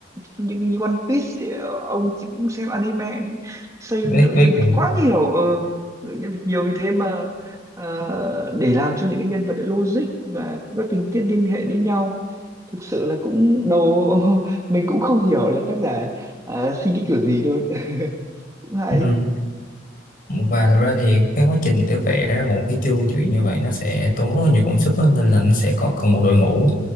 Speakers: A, on the right; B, on the left.
A: nhưng như One Piece ấy, ông chỉ cũng xem anime xây
B: biết
A: lượng
B: biết
A: nhân vật
B: mình
A: quá
B: biết
A: nhiều ờ lượng nhân vật nhiều như thế mà ờ, để làm cho những cái nhân vật đấy logic và có các tình tiết liên hệ đến nhau thực sự là cũng đầu <laughs> mình cũng không hiểu là tác giả ờ, suy nghĩ kiểu gì luôn <laughs> cũng hay
B: ừ. và thật ra thì cái quá trình để vẽ ra một cái chương chuyện như vậy nó sẽ tốn rất là nhiều công sức đó, nên
A: Ừ.
B: là nó sẽ có cần một đội ngũ